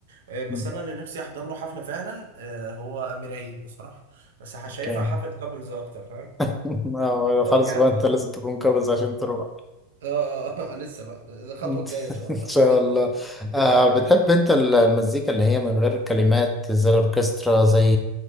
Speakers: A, on the right; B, in the centre.
A: آه، بس
B: مم.
A: انا اللي نفسي احضر له حفله فعلا آه، هو امير عيد بصراحه بس ح-
B: اوكي
A: شايفها حفله كابلز اكتر فاهم
B: <laughs> آه،
A: اه
B: خلاص
A: بجد
B: بقى انت
A: والله.
B: لازم تكون كابز عشان تروح
A: اه آه، آه، لسه بقى الخطوه
B: <laughs> ان
A: الجايه ان شاء الله
B: شاء الله آه
A: <laughs>
B: بتحب انت المزيكا اللي هي من غير كلمات زي الاوركسترا زي